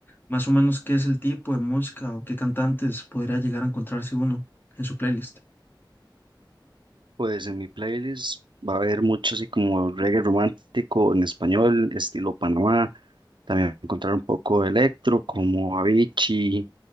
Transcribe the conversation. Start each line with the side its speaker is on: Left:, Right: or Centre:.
Left: más o menos qué es el tipo de música o qué cantantes podría llegar a encontrarse uno en su playlist.
Right: Pues en mi playlist va a haber mucho así como reggae romántico en español, estilo Panamá. También encontrar un poco de electro como Avicii,